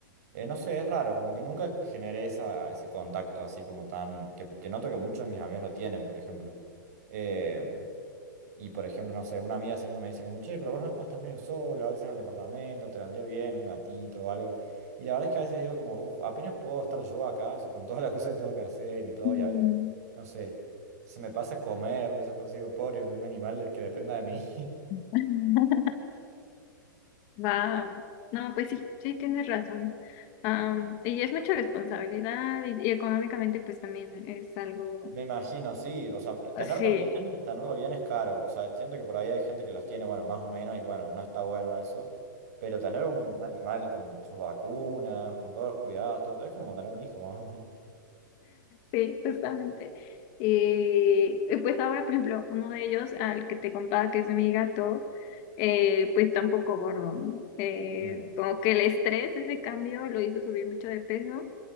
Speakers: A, on the right; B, on the left.
A: eh, no sé, es raro, como que nunca generé esa, ese contacto así como tan, que, que noto que muchos de mis amigos lo tienen, por ejemplo. Eh, y por ejemplo, no sé, una amiga siempre me dice como, che, pero vos no, no estás medio solo, a veces en el departamento, te vendría bien un gatito o algo. Y la verdad es que a veces digo como, uff, apenas puedo estar yo acá, o sea, con todas las cosas que tengo que hacer y todo,
B: Mm.
A: y a veces, no sé, se me pasa comer o esas cosas, digo, pobre, un animal del que dependa de mí. <laughs>
B: <laughs> Wow. No, pues sí, sí tienes razón. Am, y es mucha responsabilidad y, y económicamente pues también es algo
A: Me imagino, sí, o sea, tenerlo
B: ah, Sí,
A: bien, tenerlo bien es caro, o sea, siento que por ahí hay gente que los tiene, bueno, más o menos, y bueno, no está bueno eso, pero tener un animal con sus vacunas, con todos los cuidados, todo, es como tener un hijo, <laughs> más o menos.
B: Sí, justamente. Y, y pues ahora, por ejemplo, uno de ellos, al que te contaba que es mi gato, eh, pues está un poco gordo, ¿no? Eh,
A: Mm.
B: como que el estrés, ese cambio, lo hizo subir mucho de peso.